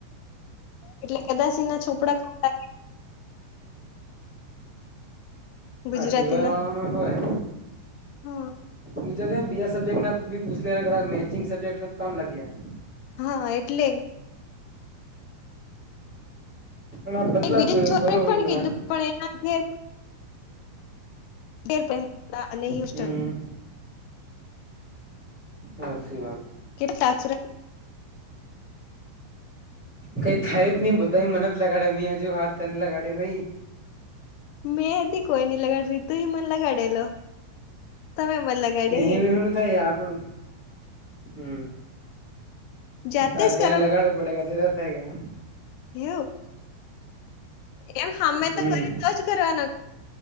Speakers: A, on the left; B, in the centre.
A: એટલે કદાચ એના છોપરા ખા
B: હા
A: ગુજરાતીના
B: ટીવાય વાળા માં હોય
A: હા
B: <unintelligible> સબ્જેક્ટ ના પૂછ લેક મેચિંગ સબ્જેક્ટ તો કમ લગે ગા
A: હા એટલે
B: પણ આ બદલાતું
A: બીજું છોકરી
B: ભરો
A: ને કોણે
B: ન કદાચ
A: કીધું પણ એ <unintelligible> હોસ્ટેલ
B: હમ સાચી વાત
A: કેટલા ટાસ્ક રહયા
B: કઈ થાયું જ નઈ બધા મને જ લગાડ્યા મેી હજુ હાથ લગાડ હોાઈ
A: મેં ભી કોઈ નઈ લગાડીયો રીતું એ મને લગાડેલો તમે મને લગાડ્યો
B: તે <unintelligible>
A: હે
B: થાય આપણ હમ
A: જાતે
B: તાર
A: જ
B: ક્યાને
A: કરો
B: લગાડવું પડે તે રસાય જાય
A: એવું એમ સામે
B: હમ
A: તો કરી તોજ કરવાના